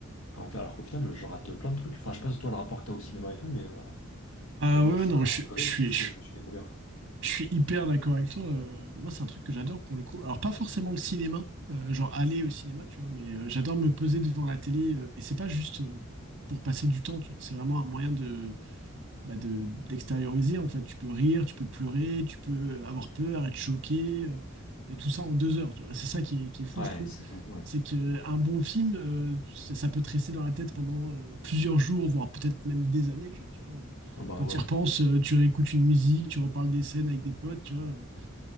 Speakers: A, on the left (about 70°); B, on the right (about 60°).
A: alors enfin alors qu'au final je rate plein de trucs enfin je sais pas si toi le rapport que t'as au cinéma et tout mais euh,
B: Ah
A: mais moi
B: ouais, ouais,
A: c'est
B: non,
A: un
B: je,
A: vrai
B: je suis,
A: kiff
B: je,
A: que je me suis découvert
B: je suis hyper d'accord avec toi. Euh, moi, c'est un truc que j'adore pour le coup. Alors, pas forcément le cinéma, euh, genre aller au cinéma, tu vois, mais euh, j'adore me poser devant la télé. euh, et c'est pas juste euh, pour passer du temps, tu vois. C'est vraiment un moyen de, bah, de, d'extérioriser en fait. Tu peux rire, tu peux pleurer, tu peux avoir peur, être choqué, euh, et tout ça en deux heures. tu vois. C'est ça qui est, qui est, fou,
A: ouais
B: je trouve.
A: c'est fou ouais
B: C'est qu'un bon film, euh, ça, ça, peut te rester dans la tête pendant euh, plusieurs jours, voire peut-être même des années. Genre, tu vois, Euh,
A: ah bah
B: quand
A: ouais
B: tu y repenses, euh, tu réécoutes une musique, tu reparles des scènes avec des potes. Tu vois. Euh.